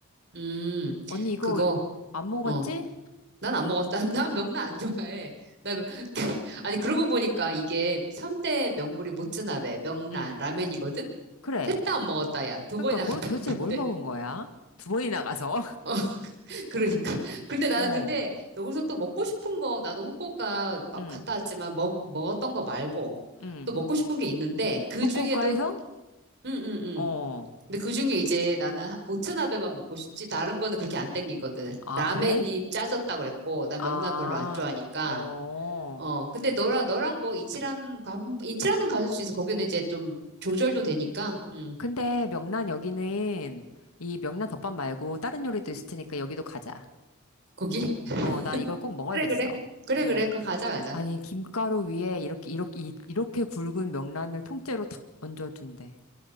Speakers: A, on the right; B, on the left.
A: 음,
B: 언니 이거
A: 그거,
B: 안 먹어봤지?
A: 어. 난 안 먹었다. 난난 명란 안 좋아해. 나, 명- <laughs> 아니, 그러고 보니까 이게 삼대 명물이 모츠나베, 명란,
B: 응,
A: 라면이거든?
B: 응. 그래.
A: 셋 다 안 먹었다, 야. 두
B: 그러니까
A: 번이나
B: 거기
A: 갔다
B: 도대체
A: 왔는데.
B: 뭘 먹은 거야? 두 번이나 가서?
A: <laughs> 어, 그러니까.
B: <laughs>
A: 근데 나는
B: 어,
A: 근데 여기서 또 먹고 싶은 거, 나도 후쿠오카 막
B: 응,
A: 갔다 왔지만 먹, 먹었던 거 말고
B: 응.
A: 또 먹고 싶은 게 있는데 그
B: 후쿠오카에서?
A: 중에도, 응, 응, 응.
B: 어.
A: 근데 그중에 이제 나는 하- 모츠나베만 먹고 싶지 다른 거는 그렇게 안 땡기거든.
B: 아,
A: 라멘이
B: 그래?
A: 짜졌다 그랬고 난
B: 아,
A: 명란 별로 안 좋아하니까.
B: 어.
A: 어 근데 너랑 너랑 뭐 이치라는 가- 이치라는 가질 수 있어. 거기는 이제 좀 조절도 되니까. 음
B: 근데 명란 여기는 이 명란 덮밥 말고 다른 요리도 있을 테니까 여기도 가자.
A: 거기 <laughs>
B: 어, 나 이걸 꼭 먹어야겠어.
A: 그래 그래 그래
B: 어,
A: 그래 그 가자 가자.
B: 아니, 김가루 위에 이렇게, 이렇게, 이- 이렇게 굵은 명란을 통째로 탁 얹어준대.